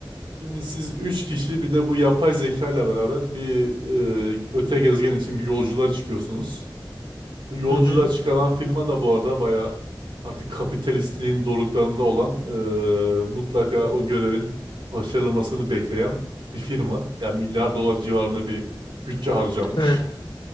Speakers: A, on the right (about 75°); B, on the left (about 90°).
A: Şimdi siz 3 kişi bir de bu yapay zeka ile beraber bir e, öte gezegen için bir yolculuğa çıkıyorsunuz. Bu yolculuğa
B: Hı hı.
A: çıkaran firma da bu arada bayağı artık kapitalistliğin doruklarında olan e, mutlaka o görevin başarılmasını bekleyen bir firma. Yani milyar dolar civarında bir bütçe harcanmış.
B: Evet,